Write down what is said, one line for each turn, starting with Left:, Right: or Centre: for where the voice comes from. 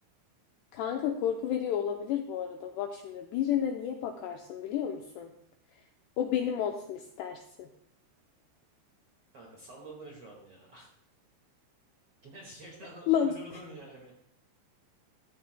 Left: Kanka korku veriyor olabilir bu arada. Bak şimdi birine niye bakarsın biliyor musun? O benim olsun istersin.
Right: Kanka salladın şu an ya. <laughs> Gerçekten
Left: <laughs>
Right: <laughs>
Left: Lan
Right: uydurdun yani.